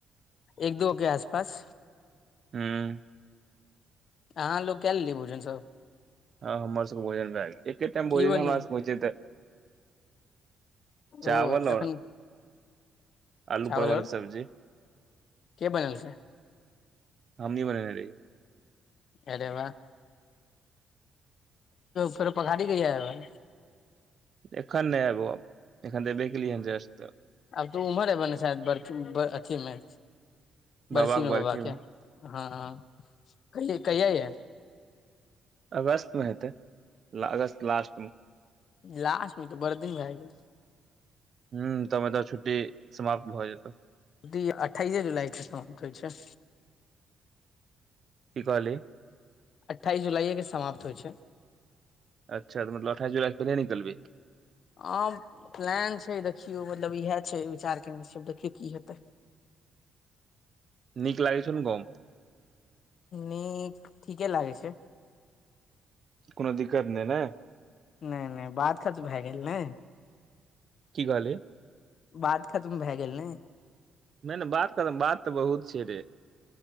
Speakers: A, on the left (about 60°); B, on the right (about 50°).
A: एक दो केँ आस पास
B: हुँ
A: अहाँ लोक केय लेलियै भोजन सभ
B: हँ हमर सबके भोजन भए गेलै एके टाइम भोजन
A: की बनेल
B: हमरा सबके होइ छै तऽ चावल
A: ओ तखन
B: और आलू
A: चावल
B: परवल
A: आओर
B: कऽ सब्जी
A: के बनेलकै
B: हमही बनेने रहियै
A: अरे वाह फेर पघारी कहिया एबै
B: एखन नय अबो एखन तऽ एबे केलियै हन जस्ट तऽ
A: आब तऽ उमर है बने छै शायद बर्फी अथी मे बरसी
B: बाबाके
A: मे
B: बरखी
A: बाबा केँ हँ कहि - कहिया यऽ
B: अगस्तमे हेतै अगस्त लास्ट मऽ
A: लासटमे तऽ बर दिन भए गेल
B: हुँ तऽ मतलब छुट्टी समाप्त भऽ जेतौ
A: छुट्टी अठाइसे जुलाई कऽ खतम होइ छै
B: की कहलही
A: अठाइस जुलाईए कऽ समाप्त होइ छै
B: अच्छा मतलब अठइस जुलाई से पहिले निकलबे
A: आ प्लान छै देखियौ मतलब इएह छै विचार केने छै देखियौ की हेतै
B: नीक लागै छै न गाँव
A: नीक ठीकेँ लागै छै
B: <inaudible> कोनो दिक्कत नै ने
A: नै नै बात खत भए गेल ने
B: की कहली
A: बात खतम भैऽ गेल नै
B: नै नै बात खत्म बात तऽ बहुत छै रे